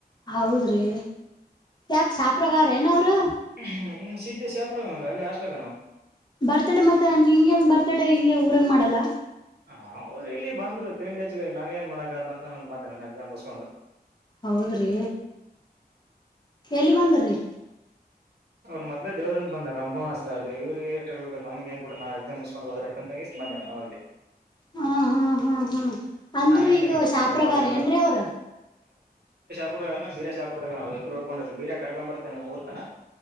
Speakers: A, on the left; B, on the right.
A: ಹೌದ್ರಿ ಯಾಕ ಸಾ ಪ್ರ <unintelligible> ಏನ. ಅವರು
B: ಹ್ಮ ಸಿದ್ಧ ಸಪ ಅಲ್ಲಿ ಆಸ್ಲಕ್ಕ ನಾವು.
A: ಬರ್ತಡ ಮತ್ತೆ ನಿಂಗೆ ಒಂದ ಬರ್ತಡೇ ಇಲ್ಲೇ ಊರಾಗ ಮಾಡಲ್ಲ.
B: ಹ ಹೌದು ಇಲ್ಲಿ ಬಂದ್ರು ತಿಂಡಿಜಗ ನಾನ ಏನ್ ಮಾಡಾಕಾದ ಅಂತ ನಾನು ಬಂದೆ ನ ಎಕ್ಸಾಮ್ ಉಸ್ಕೊಂಡು.
A: ಹೌದ್ರಿ ಎಲ್ಲಿ ಬಂದ್ರಿ.
B: ಅವರು ಮದ್ಲ ದವ್ರ ಬಂದ ನಮ ಫನ್ ಅಸ್ ಆಗದೆ ಇ್ರರಿಗೆೇ ಇರ್ಬೇಕ ನಮಗೆ ಏನ್ ಬಿಡೂ ನಾ ಎಕ್ಸಾಮ್ಸ್ಕೊಂಡ್ಬದ್ರಂತ ಬಂದೇ. ಅವಗೆ
A: ಹಾ ಹಾ ಹಾ ಹ್ಮ ಅಂದ್ರ
B: ನಾನ್ಯಾಕ್
A: ಈಗ
B: ತಲಿ ಕೆಡಿಸ್ಕೊಳಲ್ಲ
A: ಶಾಪಗಾರ
B: ಅವ್ರಿಗ್
A: ಏನ್ರೀ ಅವ್ರ
B: ಬರಾಪಡ್ತ ನವುಬ್ರು ಉಳ್ಕೊಂಡ್ರಿ ಬರ ಕರ್ಕೊ ಬರ್ತೇ ರ್ತನ